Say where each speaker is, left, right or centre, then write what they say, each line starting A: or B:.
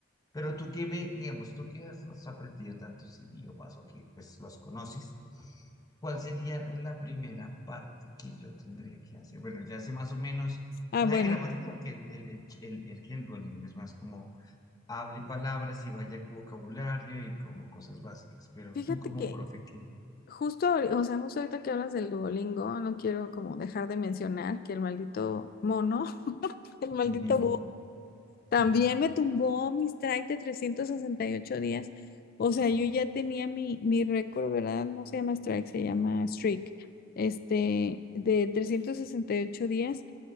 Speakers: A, on the left (about 20°); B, on the left (about 45°).
A: Pero tú que me, digamos, tú que has, has aprendido tantos idiomas o que pues los conoces, ¿Cuál sería la primera parte que yo tendría que hacer? Bueno, ya sé más o menos,
B: Ah,
A: nada
B: bueno,
A: de gramática, porque el, el, el, el, el que el Duolingo es más como hable palabras y vaya con vocabulario y como cosas básicas, pero
B: fíjate
A: tú como
B: que
A: profe qué,
B: justo, ahori- o sea, justo ahorita que hablas del Duolingo, no quiero como dejar de mencionar que el maldito mono, <laughs> el maldito
A: <laughs>
B: También
A: Sí,
B: me tumbó mis strike de 368 días. O sea,
A: wow.
B: yo ya tenía mi, mi récord, ¿verdad? No se llama strike, se llama streak. Este, de 368 días,